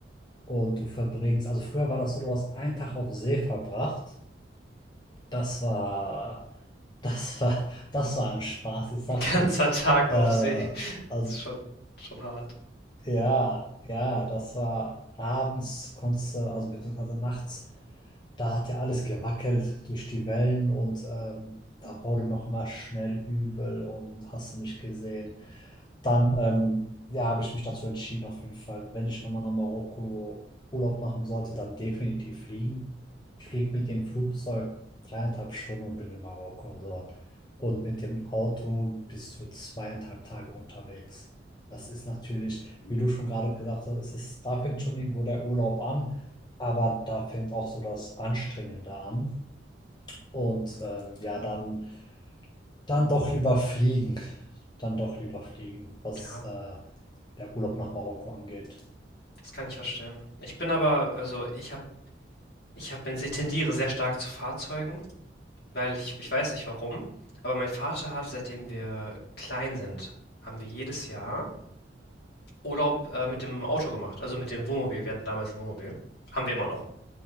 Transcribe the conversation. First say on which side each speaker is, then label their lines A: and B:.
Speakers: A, on the left (about 25°); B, on the left (about 60°).
A: Und du verbringst also früher war das so, du hast einen Tag auf See verbracht. Das war das war das war ein Spaß, ich sag's
B: ein ganzer
A: dir.
B: <laughs> Tag
A: Äh,
B: auf See. <laughs>
A: also
B: Das ist schon, schon hart.
A: ja, ja, das war abends konntest du also beziehungsweise nachts, da hat ja alles gewackelt durch die Wellen und, ähm, da wurde mir auch immer schnell übel und hast du nicht gesehen. Dann, ähm, ja, habe ich mich dazu entschieden, auf jeden Fall. Wenn ich nochmal nach Marokko Urlaub machen sollte, dann definitiv fliegen. Ich fliege mit dem Flugzeug dreieinhalb Stunden und bin in Marokko. So. Und mit dem Auto bis zu zweieinhalb Tage unterwegs. Das ist natürlich, wie du schon gerade gesagt hast, es ist, da fängt schon irgendwo der Urlaub an, aber da fängt auch so das Anstrengende an. Und ähm, ja, dann dann doch lieber fliegen. Dann doch lieber fliegen, was,
B: Ja,
A: äh, der Urlaub nach Marokko angeht.
B: das kann ich verstehen. Ich bin aber, also ich habe, ich habe, ich tendiere sehr stark zu Fahrzeugen, weil ich, ich weiß nicht warum, aber mein Vater hat, seitdem wir klein sind, haben wir jedes Jahr Urlaub äh, mit dem Auto gemacht, also mit dem Wohnmobil. Wir hatten damals ein Wohnmobil. Haben wir immer noch.